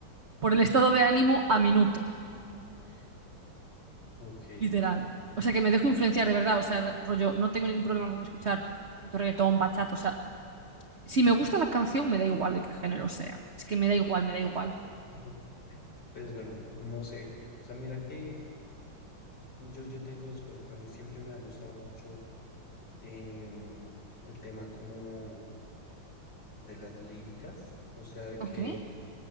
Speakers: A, on the right; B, on the left.
A: por el estado de ánimo a minuto.
B: Ok,
A: Literal. O sea, que me dejo influenciar de verdad. O sea, rollo, no tengo ningún problema con escuchar tanto reggaetón, bachata. O sea, si me gusta la canción, me da igual de qué género sea. Es que me da igual, me
B: guau.
A: da igual.
B: <laughs> Pues bueno, no sé. O sea, mira que yo, yo tengo dos cosas. A mí siempre me ha gustado mucho em, el tema como de las líricas, o sea, de
A: Ok,
B: que